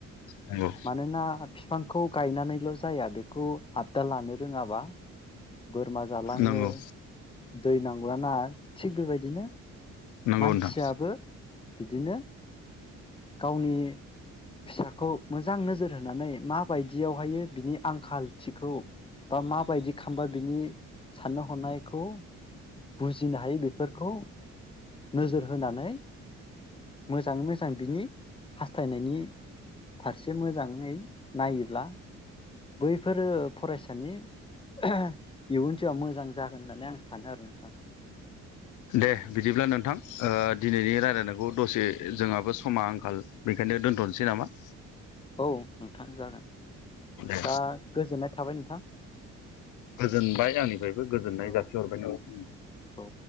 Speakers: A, on the left; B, on the left.
A: नंगौ
B: मानोना बिफांखौ गायनानैल' जाया बेखौ आददा लानो रोङाबा बोरमा जालाङो
A: नंगौ
B: दै नांगौना नाङा थिग बेबायदिनो
A: नंगौ
B: मानसियाबो
A: नोंथां
B: बिदिनो गावनि फिसाखौ मोजां नोजोर होनानै माबायदियावहायो बिनि आंखालथिखौ बा माबायदि खालामबा बिनि साननो हनायखौ बुजिनो हायो, बेफोरखौ नोजोर होनानै मोजाङै मोजां बिनि हास्थायनायनि फारसे मोजाङै नायोब्ला बैफोरो फरायसानि इयुन जिउआ मोजां जागोन होननानै आं सानो आरो नोंथां।
A: दे बिदिब्ला नोंथां ओ दिनैनि रायलायनायखौ दसे जोंहाबो समा आंखाल बेखायनो दोन्थ'नोसै नामा?
B: औ नोंथां जागोन।
A: दे
B: दा गोजोननाय थाबाय नोंथां
A: गोजोनबाय आंनिफ्रायबो गोजोननाय
B: औ
A: जासिहरबाय नोंथांनो।
B: औ।